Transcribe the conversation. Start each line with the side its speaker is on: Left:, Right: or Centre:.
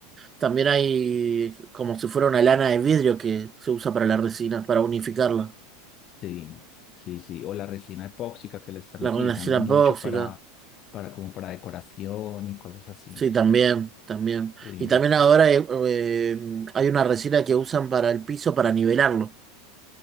Right: También hay como si fuera una lana de vidrio que se usa para la resina, para unificarla.
Left: sí, sí, sí, o la resina epóxica que la están utilizando
Right: La resina
Left: mucho
Right: tóxica.
Left: para, para, como para decoración y cosas así,
Right: Sí, también, también.
Left: sí,
Right: Y también ahora eh, eh, hay una resina que usan para el piso para nivelarlo,